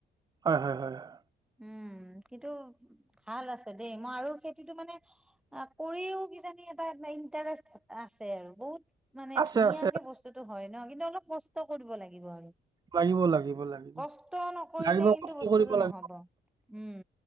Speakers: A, on the right; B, in the centre.
A: হয় হয় হয় হয়
B: উম কিন্তু ভাল আছে দেই মই আৰু খেতিটো মানে কৰিও কিজানি এটা ইণ্টাৰেষ্ট এ আছে আৰু বহুত মানে
A: আছে
B: ধুনীয়াকে
A: আছে আছে।
B: বস্তুতটো হয়। নহ কিন্তু অলপ কষ্ট কৰিব লাগিব আৰু
A: লাগিব লাগিব লাগিব
B: কষ্ট নকৰিলে
A: লাগিব
B: কিন্তু
A: কষ্ট
B: বস্তুটো
A: কৰিব লাগিব
B: নহব উম